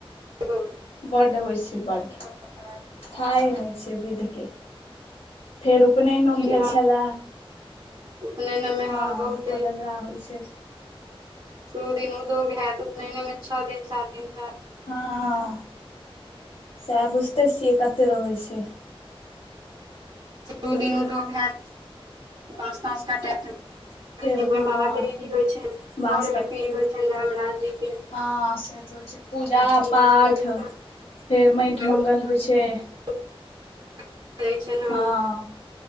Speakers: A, on the right; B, on the left.
A: <inaudible>
B: बड्ड होइ छैय बड्ड।
A: <unintelligible>
B: थाहे नै छय विध के। फेर उपनयनो
A: नीक
B: भेल
A: हत
B: छलए।
A: उपनयन मे
B: हाँ,
A: ह बहुते
B: कोजगरा होइ छैय।
A: शुरू दिन उदोग हैत उपनैनो में छओ दिन सात दिन का
B: हाँ सएह बुझते छियै कते रहै छैय।
A: शुरु दिन उदोग हएत, बाँस ताँस कटैत <unintelligible>
B: फेर हँ
A: बाबा के <unintelligible> होइ छैन घर
B: बाँस
A: में पीरी होइ छैन धर्मराज जी के।
B: हाँ से तऽ होइ छै। पूजा
A: हिनका
B: -पाठ
A: देवता
B: फेर
A: जागृत
B: माइट मङ्गल होइ छैय।
A: <unintelligible>
B: हँ